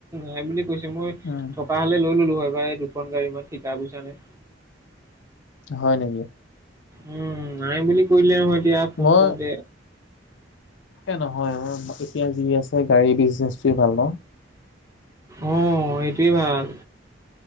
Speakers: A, on the right (about 15°); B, on the left (about 70°).
A: নাই বুলি কৈছে, মই
B: উম।
A: থকা হ'লে লৈ ল'লো হয় বা এই দুখন গাড়ী ইমান ঠিকা বুইছা নাই।
B: হয় নেকি?
A: উম নাই বুলি কৈ দিলে নহয় এতিয়া ফোন
B: মই
A: কৰোঁতে।
B: এ নহয় অ, এতিয়া যি আছে গাড়ী বিজনেচ টোৱে ভাল ন?
A: অ এইটোৱে ভাল।